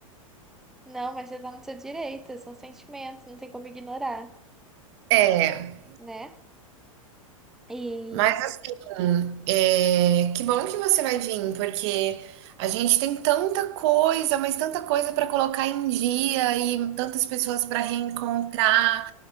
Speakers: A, in the centre; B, on the right.
A: não, mas você tá no seu direito, são sentimentos, não tem como ignorar,
B: É.
A: né? E,
B: Mas assim, é, que bom que você vai vir, porque a gente tem tanta coisa, mas tanta coisa para colocar em dia e tantas pessoas para reencontrar.